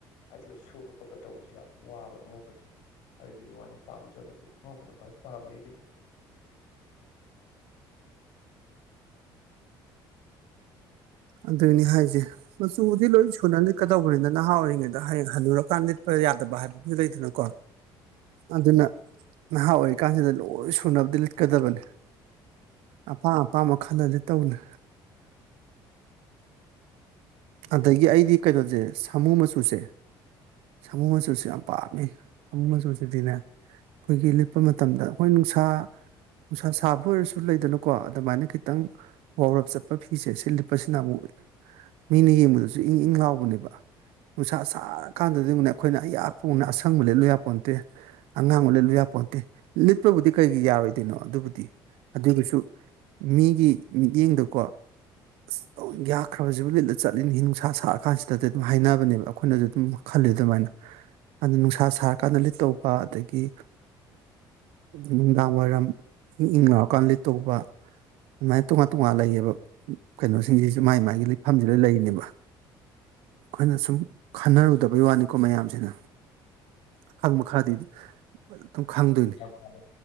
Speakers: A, on the left; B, on the right.
A: ꯑꯗꯨꯒ ꯁꯨꯕ ꯈꯣꯠꯄ ꯇꯧꯕꯁꯨ ꯌꯥꯝ ꯋꯥꯕ ꯑꯉꯧꯕꯁꯦ ꯑꯗꯨꯗꯨꯒꯤ ꯋꯥꯅꯤ ꯄꯥꯝꯖꯕꯗꯤ ꯑꯉꯧꯕꯅ ꯈ꯭ꯋꯥꯏ ꯄꯥꯝꯃꯦ ꯑꯩꯒꯤꯗꯤ
B: ꯑꯗꯨꯅꯤ ꯍꯥꯏꯁꯦ ꯃꯆꯨꯗꯤ ꯂꯣꯏ ꯁꯨꯅ ꯂꯤꯠꯀꯗꯧꯕꯅꯤꯅ ꯅꯍꯥ ꯑꯣꯏꯔꯤꯉꯩꯗ ꯍꯌꯦꯡ ꯍꯜꯂꯨꯔꯀꯥꯟꯗ ꯂꯤꯠꯄ ꯌꯥꯗꯕ ꯍꯥꯏꯕꯗꯨꯁꯨ ꯂꯩꯗꯅꯀꯣ ꯑꯗꯨꯅ ꯅꯍꯥ ꯑꯣꯏꯔꯤꯀꯥꯟꯁꯤꯗ ꯂꯣꯏ ꯁꯨꯅꯕꯗꯤ ꯂꯤꯠꯀꯗꯕꯅꯤ ꯑꯄꯥꯝ ꯑꯄꯥꯝꯕ ꯈꯜꯂꯂ ꯇꯧꯅ ꯑꯗꯒꯤ ꯑꯩꯗꯤ ꯀꯩꯅꯣꯁꯦ ꯁꯥꯃꯨ ꯃꯆꯨꯁꯦ ꯁꯥꯃꯣ ꯃꯆꯨꯁꯨ ꯌꯥꯝ ꯄꯥꯝꯃꯤ ꯁꯥꯃꯣ ꯃꯆꯨꯁꯤꯗꯤꯅꯦ ꯑꯩꯈꯣꯏꯒꯤ ꯂꯤꯠꯄ ꯃꯇꯝꯗ ꯑꯩꯈꯣꯏ ꯅꯨꯡꯁꯥ ꯅꯨꯡꯁꯥ ꯁꯥꯕ ꯑꯣꯏꯔꯁꯨ ꯂꯩꯗꯅꯀꯣ ꯑꯗꯨꯃꯥꯏꯅ ꯈꯤꯇꯪ ꯋꯥꯎꯔꯞ ꯆꯠꯄ ꯐꯤꯁꯦ ꯁꯤ ꯂꯤꯠꯄꯁꯤꯅ ꯑꯃꯨꯛ ꯃꯤꯅ ꯌꯦꯡꯕꯗꯁꯨ ꯏꯪ ꯏꯪ ꯂꯥꯎꯕꯅꯦꯕ ꯅꯨꯡꯁꯥ ꯁꯥꯔ ꯀꯥꯟꯗꯗꯤꯅ ꯑꯩꯈꯣꯏꯅ ꯑꯌꯥꯛꯄꯅ ꯑꯁꯪꯕ ꯂꯤꯠꯂꯨ ꯌꯥꯄꯣꯟꯅꯠꯇꯦ ꯑꯉꯥꯡꯕ ꯂꯤꯠꯂꯨ ꯌꯥꯄꯣꯟꯇꯦ ꯂꯤꯠꯄꯕꯨꯗꯤ ꯀꯩꯒꯤ ꯌꯥꯔꯣꯏꯗꯣꯏꯅꯣ ꯑꯗꯨꯕꯨꯗꯤ ꯑꯗꯨꯒꯤꯁꯨ ꯃꯤꯒꯤ ꯃꯤꯠꯌꯦꯡꯗꯀꯣ ꯑꯁ ꯑꯣꯟꯊꯣꯛꯅ ꯌꯥꯈ꯭ꯔꯕꯁꯤꯕꯨ ꯂꯤꯠꯂ ꯆꯠꯂꯤꯅꯤ ꯅꯨꯡꯁꯥ ꯁꯥꯛꯔ ꯀꯥꯟꯁꯤꯗꯗꯤ ꯑꯗꯨꯝ ꯍꯥꯏꯅꯕꯅꯦꯕ ꯑꯩꯈꯣꯏꯅꯁꯨ ꯑꯗꯨꯝ ꯈꯜꯂꯤ ꯑꯗꯨꯃꯥꯏꯅ ꯑꯗꯨ ꯅꯨꯡꯁꯥ ꯁꯥꯔꯀꯥꯟꯗ ꯂꯤꯠ ꯇꯧꯕ ꯑꯗꯒꯤ ꯅꯨꯡꯗꯥꯡ ꯋꯥꯏꯔꯝ ꯏꯪ ꯏꯪ ꯂꯥꯎꯔꯀꯥꯟꯗ ꯇꯧꯕ ꯑꯗꯨꯃꯥꯏꯅ ꯇꯣꯉꯥꯟ ꯇꯣꯉꯥꯟ ꯂꯩꯌꯦꯕ ꯀꯩꯅꯣꯁꯤꯡꯁꯤꯁꯨ ꯃꯥꯏ ꯃꯥꯏꯒꯤ ꯂꯤꯠꯐꯝꯁꯤ ꯂꯣꯏ ꯂꯩꯔꯤꯅꯦꯕ ꯑꯩꯈꯣꯏꯅ ꯁꯨꯝ ꯈꯟꯅꯔꯨꯗꯕꯩ ꯋꯥꯅꯤꯀꯣ ꯃꯌꯥꯝꯁꯤꯅ ꯑꯈꯪꯕ ꯈꯔꯗꯤ ꯑꯗꯨꯝ ꯈꯪꯗꯣꯏꯅꯤ
A: ꯄꯥꯗꯣ